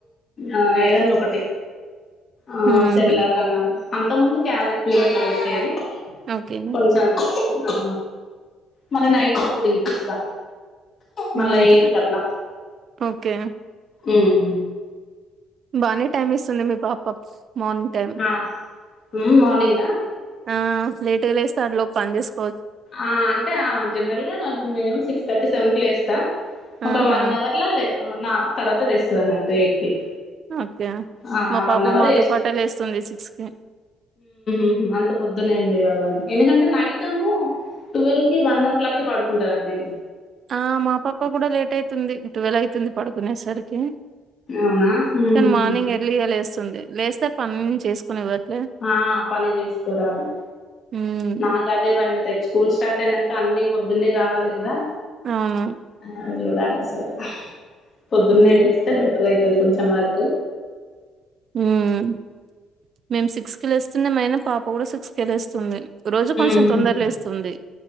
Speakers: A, on the left; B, on the right.
A: ఆ ఏదన్నోకటి ఆ
B: హుహు.
A: సర్లేకన్నా అంత ముందు క్యారెట్ ప్యూర అట్లా పెట్టేది
B: ఒకే
A: కొన్నిసార్లు ఆ మల్ల నైట్ వరకు పంపిస్తా మల్ల
B: హుహు.
A: ఎయిట్ కట్ల
B: ఓకే.
A: ఉమ్
B: బానే టైమీస్తుంది మీ పాప మార్నింగ్ టైమ్
A: ఆ ఉమ్ మార్నింగ్గా
B: ఆ లేటుగలేస్తా అట్లో పని చేస్
A: ఆ అంటే ఆ జనరల్గా మినిమం సిక్స్ థర్టీ సెవెన్ కి లేస్తా ఒక
B: ఆహా!
A: వన్ అవర్ల లే ఆ నా తర్వాత లేస్తాదన్నట్టు ఎయిట్ కి
B: ఒకే
A: ఆ
B: మా
A: వన్
B: పాప
A: అవర్
B: మాతో పాటే లేస్తుంది సిక్స్కి
A: ఉహు అంత పొద్దున ఏం లేవదండి ఎందుకంటే నైటము టువెల్కి వన్ ఓ క్లాక్కి పాడుకుంటదండి
B: ఆ మా పాప కూడా లేట్ అయితుంది టువెలయితుంది పడుకునేసరికి
A: అవునా ఉహుహు
B: కానీ మార్నింగ్ ఎర్లీగా లేస్తుంది లేస్తే పని చేసుకుని ఇవ్వట్లే
A: ఆ పని చేసుకోరదు
B: హ్మ్.
A: నాకు అదే భయ మీ త స్కూల్ స్టార్ట్ అయినాక అన్ని పొద్న్నే కావాలి కదా
B: అవును
A: ఆ చూడాలసలు పొద్దున్నే
B: హ్మ్.
A: లేస్తే బెటర్ అవుతుంది కొంచెం వర్క్
B: ఉమ్ మేము సిక్స్కి వెళ్ళస్తుంది మానా పాప కూడా సిక్స్కి వెళ్ళేస్తుంది రోజు కొంచెం
A: ఉహు
B: తొందరలేస్తుంది